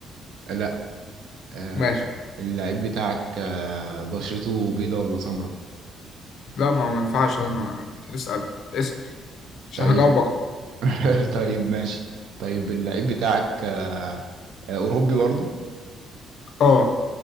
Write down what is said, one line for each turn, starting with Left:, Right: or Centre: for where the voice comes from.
Right: لا آه،
Left: ماشي
Right: اللعيب بتاعك آه، بشرته بيضة ولا سمراء
Left: لا ما ما ينفعش أنا اسأل اسأل عشان
Right: طيب
Left: هجاوبك
Right: <laughs> طيب ماشي طيب اللعيب بتاعك آه، آه، اوروبي برضه
Left: أه